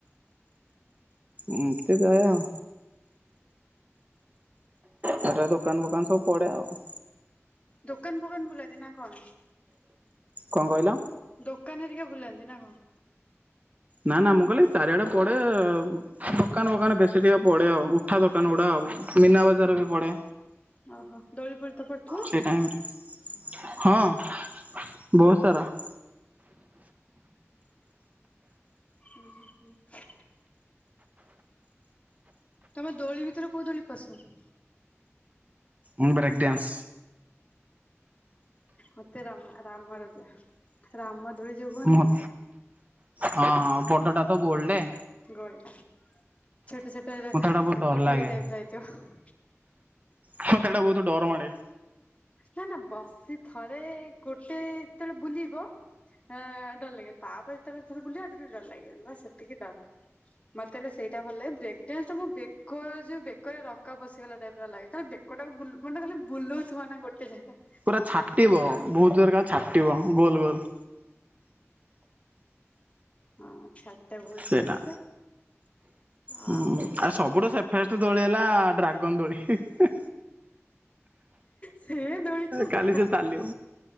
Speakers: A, on the right; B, on the left.
A: ଏମିତି ହୁଏ ଆଉ। ତାପରେ ଦୋକାନ ଫୋକାନ ସବୁ ପଡ଼େ ଆଉ।
B: ଦୋକାନ ଫୋକାନ ବୁଲାନ୍ତି ନାକଣ?
A: କଁ କଇଁଲ?
B: ଦୋକାନ ହେରିକା ବୁଲାନ୍ତି ନାକଣ?
A: ନା ନା ମୁଁ କଇଲି ଚାରିଆଡ଼େ ପଡ଼େ ଦୋକାନ ଫୋକାନ ବେଶୀ ଟିକେ ପଡ଼େ ଆଉ। ଉଠା ଦୋକାନ ଗୁଡ଼ା ଆଉ ମୀନା ବଜାରବି ପଡ଼େ।
B: ଓହୋ ଦୋଳି ଫୋଳିତ ପଡୁଥିବ।
A: ସେଇ ଟାଇମରେ ହଁ ବହୁତ୍ ସାରା।
B: ଉଁ ହୁଁ ହୁଁ। ତମେ ଦୋଳି ଭିତରେ କୋଉ ଦୋଳି ପସନ୍ଦ?
A: ମୁଁ ବ୍ରେକଡ୍ୟାନ୍ସ।
B: ମତେ ରମ ରାମ ରଜା ରାମ ଦୋଳି ଯୋଉ କୁହନ୍ତିନି
A: ମୁ ହଁ ହଁ ବଡ଼ଟାତ ଗୋଲଟେ?
B: ଗୋଲଟା ଛୋଟ ଛୋଟରା
A: ମୁଁ ତ ହେଟା ବହୁତ ଡର
B: କୋଠରୀ
A: ଲାଗେ
B: ଟାଇପର ହେଇଥିବ।
A: ମତେ ହେଟା ବହୁତ୍ ଡର ମାଡ଼େ।
B: ନା ନା ବସି ଥରେ ଗୋଟେ ଯେତେଳେ ବୁଲିବ ଏଁ ଡର ଲାଗିବ ତାପରେ ଯେତେବେଳେ ଥର ବୁଲିବାକୁ ଡର ଲାଗିବନି ବାସ୍ ସେତିକି ଡର। ମତେ ହେଲେ ସେଇଟା ଭଲ ଲାଗେ ବ୍ରେକ୍ ଡାନ୍ସଟା ମୁଁ ବେକ ଯୋଉ ବେକରେ ରକା ପଶିଗଲା ଟାଇପର ଲାଗେ ଖାଲି ବେ କଟାକୁ ବୁଲୁ ମାନେ ଖାଲି ବୁଲଉଥୁବନା ଗୋଟେ ଜାଗା।
A: ପୁରା ଛାଟିବ ବହୁତ୍ ଜୋରେ କାଳେ ଛାଟିବ ଗୋଲ୍ ଗୋଲ୍।
B: ହଁ ଛା ଏଟା ଭୋଉତ୍
A: ସେଇଟା।
B: ଜୋର୍ଶ ଆଉ
A: ହୁଁ ସବୁଠୁ ଫାଷ୍ଟ ଦୋଳି ହେଲା ଡ୍ରାଗନ୍ ଦୋଳି ହେ ହେ ହେ।
B: ସେ ଦୋଳିତ ଭା
A: କାଲି ସେ ଚାଲିବ।